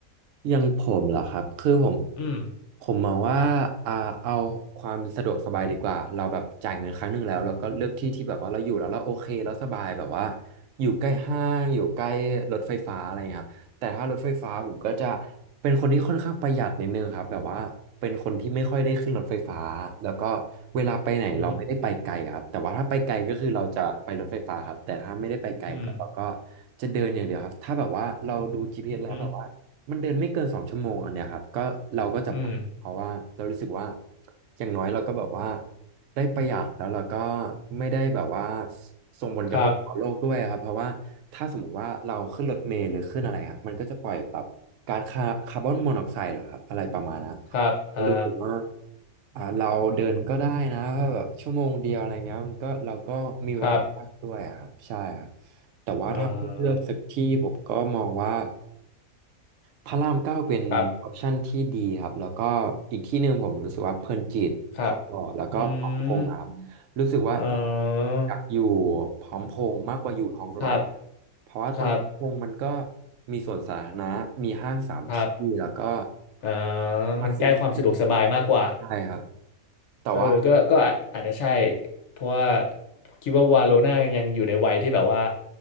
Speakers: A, on the right; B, on the left.
A: อยังผมเหรอครับคือผม
B: อืม
A: ผมมองว่าอ่า เอาความสะดวกสบายดีกว่าเราแบบจ่ายเงินครั้งหนึ่งแล้วเราก็เลือกที่ที่แบบว่าเราอยู่แล้วเราโอเคแล้วสบายแบบว่าอยู่ใกล้ห้างอยู่ใกล้รถไฟฟ้าอะไรอย่างเงี้ยครับแต่ถ้ารถไฟฟ้าผมก็จะเป็นคนที่ค่อนข้างประหยัดนิดนึงครับแบบว่าเป็นคนที่ไม่ค่อยได้ขึ้นรถไฟฟ้าแล้วก็เวลาไปไหนเราไม่ได้ไปไกลครับแต่ว่าถ้าไปไกลก็คือเราจะไปรถไฟฟ้าครับแต่ถ้าไม่ได้ไปไกลก็เราก็
B: อืมอืม
A: จะเดินอย่างเดียวครับ ถ้าแบบว่าเราดู GPS
B: อืม
A: แล้วแบบว่า มันเดินไม่เกินสองชั่วโมงอันเนี้ยครับก็เราก็จะไปเพราะว่าเรารู้สึกว่า
B: อืม
A: อย่างน้อยเราก็แบบว่าได้ประหยัดแล้วเราก็ไม่ได้แบบว่าส่งผลกระทบต่อโลกด้วยครับเพราะว่าถ้าสมมุติว่าเราขึ้นรถเมล์หรือขึ้นอะไรครับมันก็จะปล่อยแบบก๊าซคาคาร์บอนมอนอกไซด์เหรอครับอะไรประมาณนั้น
B: ครับครับอ่า
A: ก็รู้สึกว่าอ่าเราเดินก็ได้นะแบบชั่วโมงเดียวอะไรเงี้ยมันก็เราก็มีเวลามากด้วยอะครับใช่ครับ
B: ครับ
A: แต่ว่าถ้าให้เลือกสักที่ผมก็มองว่า
B: เอ่อ
A: พระรามเก้าเป็นออปชันที่ดีครับแล้วก็อีกที่หนึ่งผมรู้สึกว่าเพลินจิตทองหล่อแล้วก็พร้อมพงษ์อะครับ
B: ครับครับอืม
A: รู้สึกว่า
B: เอ่อ
A: อยากอยู่พร้อมพงษ์มากกว่าอยู่ทองหล่อ
B: ครับ
A: เพราะว่าตรงพงษ์มันก็
B: ครับ
A: มีสวนสาธารณะมีห้างสามที่แล้วก็
B: ครับอ่า
A: มาซื้อ
B: มันใกล้ความสะดวกสบายมากกว่า
A: ไครับแต่ว่า
B: เออก็ก็อาจอาจจะใช่ เพราะว่าคิดว่าวาโลน่ายังอยู่ในวัยที่แบบว่า